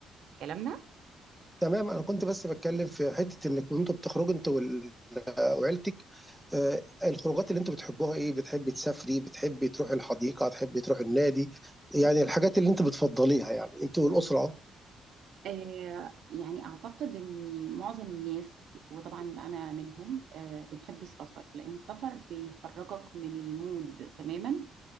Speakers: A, on the right; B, in the centre.
A: كلامنا
B: تمام انا كنت بس بتكلم في حتة انك كنتوا بتخرجوا انت وال- وعيلتك آه، الخروجات اللي انتوا بتحبوها ايه بتحبي تسافري بتحبي تروحي الحديقة تحبي تروحي النادي يعني الحاجات اللي انتوا بتفضليها يعني انتوا والأسرة اه
A: آه، يعني أعتقد إن معظم الناس وطبعا أنا منهم آه، بنحب السفر لأن السفر بيخرجك من المود تماما